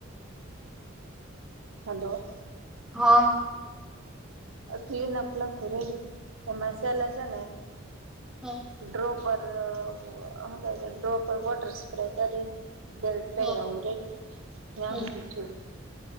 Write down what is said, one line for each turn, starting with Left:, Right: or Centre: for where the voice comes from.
Right: હલો.
Centre: હા.
Right: અહ ક્લીનઅપ લખું રેડી, તમે છેલે છે,
Centre: હા
Right: ડ્રોપ ઉપર અહ હું કહે ડ્રોપર વોટર સ્પ્રે કરી બેલ્ટ પહેરાવું
Centre: હા
Right: રેડીને ન્યા
Centre: હમ
Right: સુધી છું,